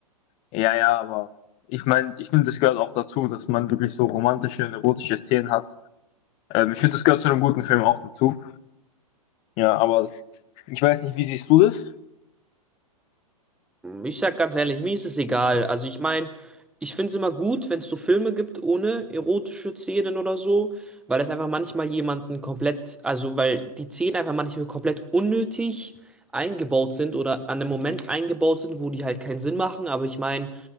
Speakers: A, on the left; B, in the centre.
A: ja, ja, aber ich meine, ich finde, das gehört auch dazu, dass man wirklich so romantische und erotische Szenen hat. Ähm, ich finde, das gehört zu einem guten Film auch dazu. Ja, aber ich weiß nicht, wie siehst du das?
B: Ich sag ganz ehrlich, mir ist es egal. Also ich meine, ich finde es immer gut, wenn es so Filme gibt ohne erotische Szenen oder so, weil es einfach manchmal jemanden komplett, also weil die Szenen einfach manchmal komplett unnötig eingebaut sind oder an einem Moment eingebaut sind, wo die halt keinen Sinn machen. Aber ich meine,